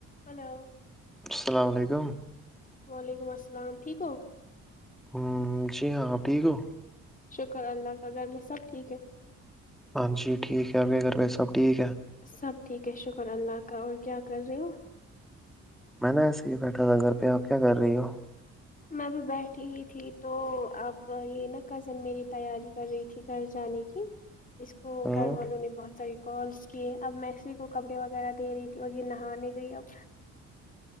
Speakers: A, on the left; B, in the centre.
A: hello
B: السلام علیکم
A: وعلیکم السلام ٹھیک ہو
B: ہ جی ہاں آپ ٹھیک ہو
A: شکر اللہ کا گھر میں سب ٹھیک ہے
B: ہاں جی ٹھیک ہے او کروے سب ٹھیک ہے
A: سب ٹھیک ہے شکر اللہ کا اور کیا کر رہے ہو
B: میں نے ایسے ہی بیٹھا تھا کرھر پیا آپ کیا کر رہی ہو
A: میں ابھی بیٹھی ہی تھی تو اب یہ نا کزن میری تیاری کر رہی تھی گھر جانے کی اس کو
B: ہ
A: گھر والوں نے بہت ساری کالس کیے اب میسی کو کپڑے وغیرہ دے رہی تھی اور یہ نہانے گئی اب